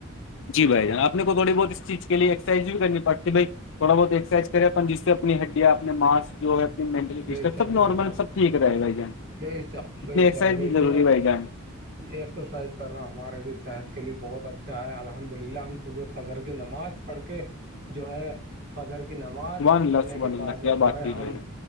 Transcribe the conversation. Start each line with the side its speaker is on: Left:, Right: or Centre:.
Left: جی بھائی جان آپ کو تھوڑی بہت اس چیز کےے ایکرائز بھی کرنی پڑتی ہے بھائی تھوڑا بہت ایکسرسائز کرے اپن جس سے اپنی ہڈیا اپنے ماںس جو ہے ینٹلی ڈسٹرب
Right: بے شک
Left: سب
Right: بے
Left: نارمل
Right: شک
Left: سب ٹھیک رہے بھائی جان
Right: بے شک
Left: اتنی
Right: بے
Left: ایکسرسائز
Right: شک دیکھیے
Left: بھی ضری بھائی جان
Right: ایکسرسائز کرنا ہمارے لیے صحت کے لیے بہت اچھا ہے الحمد للہ ہم صبح فضر کی نماز پڑھ کے جو ہے فجر کی نماز
Left: سبحان اللہ
Right: پڑھنے
Left: سبحان
Right: کے
Left: اللہ
Right: بعد
Left: کیا
Right: میں
Left: بات
Right: جو ہے
Left: کی
Right: ہم
Left: بھائی جان،